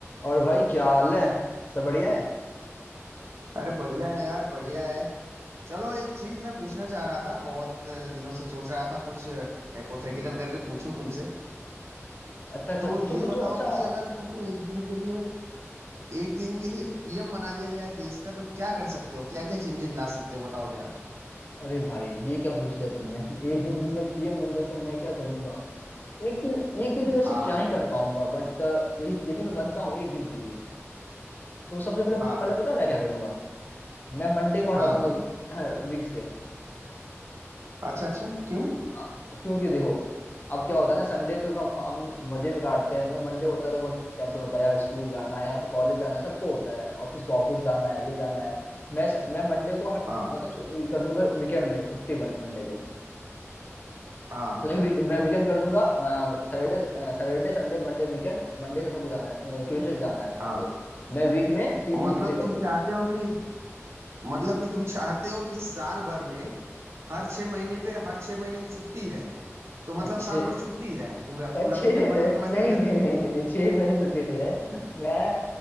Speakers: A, on the left; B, on the right.
A: और भाई क्या हाल है सब बढ़िया है
B: अरे बढ़िया है यार बढ़िया है चलो एक चीज मैं पूछना चाह रहा था बहुत दिनों से सोच रहा था कुछ हाइपोथेटिकल करके पूछूं तुमसे
A: अच्छा अच्छा
B: तो
A: पूछो
B: ये
A: पूछो
B: बताओ
A: अच्छा
B: कि अगर तुमको एक दिन के लिए एक दिन के लिए पीएम बना दिया जाए देश का तो क्या कर सकते हो क्या क्या चेंजेस ला सकते हो बताओ जरा
A: अरे भाई ये क्या पूछ लिया तुमने <laughs> एक दिन के लिए मैं पीएम बन जाऊँ तो मैं क्या करूंगा एक दिन एक दिन में वैसे
B: हाँ
A: क्या ही कर पाऊंगा बट यदि यदि मैं बनता हूँ एक दिन के लिए तो सबसे पहले
B: हाँ
A: पहले पता है मैं क्या करूंगा मैं मंडे को हटा
B: हाँ
A: दूंगा वीक <clears throat> से।
B: अच्छा अच्छा क्यों
A: हाँ तो क्योंकि देखो अब क्या होता है ना संडे तो कम हम मजे में काटते हैं भाई मंडे होता है तो बहुत टेंशन होता है यार स्कूल जाना है या फिर कॉलेज जाना है सबको होता है और किसी को ऑफिस जाना है ये जाना है मैं मैं मंडे को हट-
B: हाँ
A: मतलब छु- कर दूंगा वीकेंड में छुट्टी मंडे को
B: हाँ
A: लाइक मैं वीकेंड कर दूंगा Saturday Saturday Sunday Monday weekend Monday से सबको जाना है ट्यूसडे से जाना है सबको
B: हाँ
A: मैं वीक में तीन दिन
B: मतलब
A: छुट्टी कर
B: तुम
A: दूंगा
B: चाहते हो कि मतलब कि तुम चाहते हो कि साल भर में हर छह महीने पे हर छह महीने छुट्टी रहे तो मतलब
A: अच्छे
B: साल भर छुट्टी ही रहे पूरा
A: अच्छे
B: पूरा पीएम बनने के बाद
A: नहीं
B: यही करोगे
A: नहीं नहीं
B: मतलब
A: नहीं नहीं छह महीने छुट्टी नहीं रहे मैं